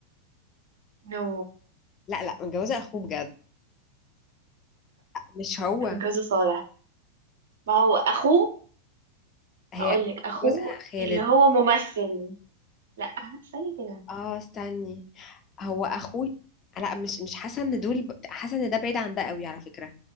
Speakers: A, on the right (about 60°); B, on the left (about 30°).
A: نو
B: لا لا متجوزه اخوه بجد مش هو
A: متجوزة صالح ما هو أخوه
B: هي
A: هقول لك أخوه
B: جوزها خالد
A: اللي هو ممثل لا استني كده
B: اه استني هو اخوه لا مش مش حاسه ان دول ب- حاسه ان ده بعيد عن ده قوي على فكره